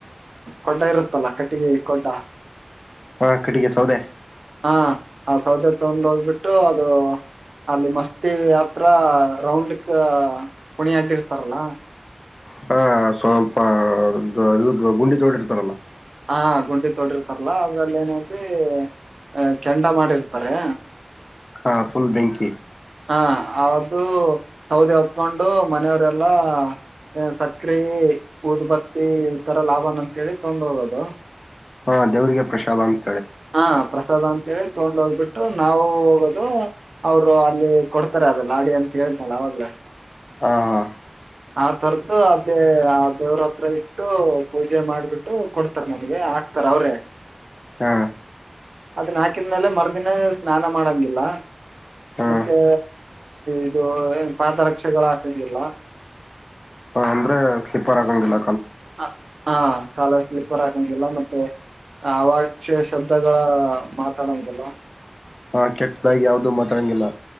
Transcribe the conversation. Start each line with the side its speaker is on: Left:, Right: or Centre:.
Right: ಕೊಡ್ಡ ಇರುತ್ತಲ್ಲ ಕಟ್ಟಿಗೆ ಕೊಡ್ಡ
Left: ಹಾ ಕಟ್ಟಿಗೆ ಸೌದೇ
Right: ಹಾ ಆ ಸೌದೆ ತೊಂದು ಹೋಗ್ಬಿಟ್ಟು ಅದು ಅಲ್ಲಿ ಮಸ್ತಿ ಹತ್ರ ರೌಂಡ್ಕ್ ಕೂಣಿ ಹಡ್ಡಿರ್ತಾರಲ್ಲ
Left: ಹಾ ಸ್ವಲ್ಪ ಇ ಗುಂಡಿ ತೊಡೀರರ್ತಾರಲ್ಲ
Right: ಹಾ ಗುಂಡಿ ತೋಡಿರ್ತಾರಲ್ಲಾ ಅದ್ರಲ್ಲಿ ಏನೈತಿ ಅ ಕೆಂಡ ಮಾಡಿರ್ತಾರೆ
Left: ಹಾ ಫುಲ್ ಬೆಂಕಿ
Right: ಹ ಅದು ಸೌದೆ ಹೊತ್ಕೊಂಡು ಮನೆಯವರೆಲ್ಲಾ ಸಕ್ಕರೆೆ ಉದಬತ್ತಿ ತರ ಲಾಭ ಅಂತೇಳಿ ತೊಗೊಂಡು ಹೋಗೋದು ಹ
Left: ಹಾ ದೇವ್ರಿಗೆ ಪ್ರಸಾದ್ ಅಂತ
Right: ಹಾ ಪ್ರಸಾದ ಅಂತೇಳಿ ತೊಗೊಂಡು ಹೋಗ್ಬಿಟ್ಟು ನಾವು ಹೋಗೋದು ಅವ್ರು ಅಲ್ಲಿ ಕೊಡ್ತಾರೆ ಅದಲ್ಲಾಡಿ ಅಂತ ಹೇಳಿದನಲ್ಲ ಅವಾಗ್ಲ
Left: ಹಾ ಹಾ
Right: ಆ ತರದು ಅದೇ ಆ ದೇವ್ರ ಹತ್ರ ಇಟ್ಟು ಪೂಜೆ ಮಾಡ್ಬಿಟ್ಟು ಕೊಡ್ತಾರ ನಮ್ಗೆ ಹಾಕ್ತಾರ ಅವ್ರೇ
Left: ಹಾ
Right: ಅದನ್ ಹಾಕಿದ್ಮೇಲೆ ಮರ್ದಿನ ಸ್ನಾನ ಮಾಡಂಗಿಲ್ಲ
Left: ಹಾ
Right: ಮತ್ತೆ ಇದು ಏನು ಪಾದರಕ್ಷೆಗಳ ಹಾಕಂಗಿಲ್ಲ
Left: ಹ ಅಂದ್ರೆ ಸ್ಲಿಪರ್ ಆಗಂಗಿಲ್ಲ
Right: ಹ ಹಾ ಕಾಲ ಸ್ಲೀಪರ್ ಹಾಕಂಗಿಲ್ಲ ಮತ್ತೆ ಅವಾಶ್ಯ ಶಬ್ದಗಳ ಮಾತಾಡಂಗಿಲ್ಲ
Left: ಹಾ ಕೆಟ್ಟದಾಗಿ ಯಾವ್ದು ಮಾತಾಡಂಗಿಲ್ಲ